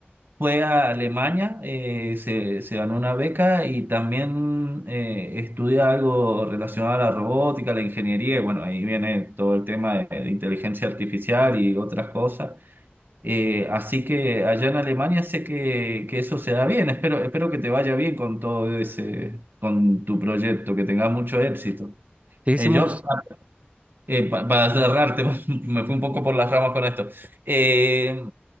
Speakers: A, on the right; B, on the right.
A: fue a Alemania, eh, se, se ganó una beca y también eh, estudia algo relacionado a la robótica, la ingeniería, y bueno, ahí viene todo el tema de de inteligencia artificial y otras cosas. Eh, así que allá en Alemania sé que, que eso se da bien. Espero, espero que te vaya bien con todo ese, con tu proyecto, que tengas mucho éxito.
B: Sí,
A: Eh,
B: sí, muchos.
A: yo, eh, pa- para cerrarte, <laughs> me fui un poco por las ramas con esto. Eh,